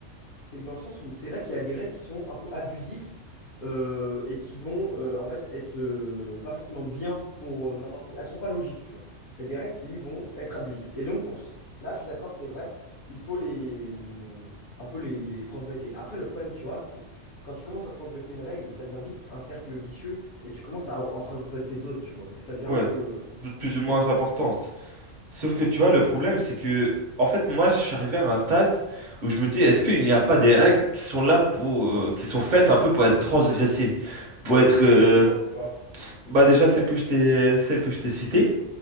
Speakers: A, on the left; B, on the right.
A: C'est que dans le sens où c'est vrai qu'il y a des règles qui sont un peu abusifs euh, et qui vont euh, en fait être euh, pas forcément bien pour euh, n'importe qui. Elles sont pas logiques, tu vois. Il y a des règles qui vont être abusives. Et donc pour ce- là, je suis d'accord, c'est vrai, il faut les hum, un peu les, les transgresser. Après, le problème, tu vois, c'est que quand tu commences à transgresser une règle, ça devient vite un cercle vicieux et tu commences à en transgresser d'autres, tu vois. Et ça devient un
B: Ouais,
A: peu. euh,
B: d'autres plus ou moins importantes. Sauf que, tu vois, le problème, c'est que, en fait, moi, je suis arrivé à un stade où je me dis, est-ce qu'il n'y a pas des règles qui sont là pour... euh, qui sont faites un peu pour être transgressées, pour être... euh,
A: T'as des exemples ou pas?
B: Bah déjà celle que je t'ai celle que je t'ai citée.